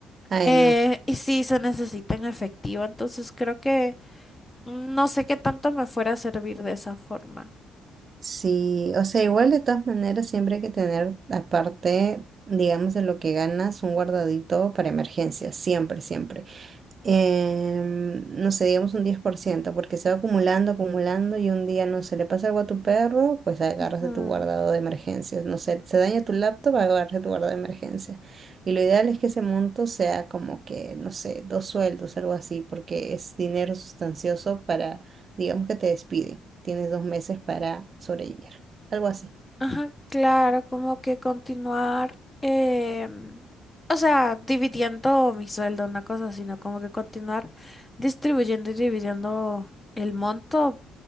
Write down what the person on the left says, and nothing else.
Eh,
y sí, se necesita en efectivo, entonces creo que mm, no sé qué tanto me fuera a servir de esa forma.
Ujú.
Ajá, claro, como que continuar, em, o sea, dividiendo mi sueldo, una cosa, sino como que continuar distribuyendo y dividiendo el monto